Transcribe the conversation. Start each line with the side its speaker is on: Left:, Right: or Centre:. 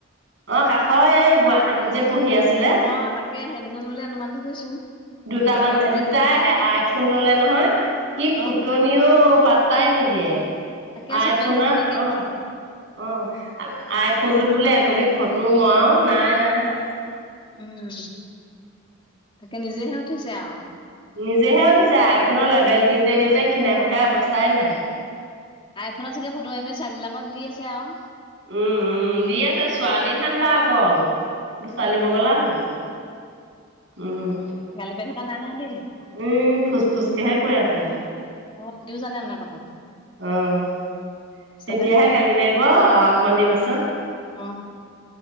Right: অ' কাষৰ এ গুৱাহাটীত যে পহি আছিল।
Left: অ' তাকে, সেই দুজনলৈ অনুমানটো কৰিছো।
Right: দু মানে,
Left: নাওফালে
Right: দুটাই আহে আইফোন ললে নহয়, কি ফুতনি
Left: অ
Right: নিও পাতটাই নিদিয়ে।
Left: তাকে
Right: আইফোনৰ
Left: চবেই হেনো তেনেকেই
Right: অ',
Left: কয়
Right: অ' আইফোনটোত
Left: উম
Right: বোলে একবি ফটো মই, নাই নাই।
Left: উম তাকে! নিজেহে উঠিছে আউ।
Right: নিজেহে উঠিছে, আইফোনৰ লেবেল দিওঁতে দিওঁতে খীনাই শুকাই অৱস্থাই নাই।
Left: আইফোনত চাগে ফটো মাৰি মাৰি ছোৱালী বিলাকক দি আছে আউ।
Right: উম, উম দি আছে ছোৱালী ধান্দা অকল, ছোৱালী
Left: উম
Right: পগলা হ'ল। উম।
Left: গালি পাৰি থকা নাই নহয় দেই
Right: উম, ফোচ ফুচকেহে কৈ আছে।
Left: অ' সিহতিও জানে মানে কথাটো।
Right: অ'
Left: পিছতহে
Right: এতিয়াহে
Left: দিব
Right: গালি পাৰিব! অকমান দেৰি পাছত।
Left: অ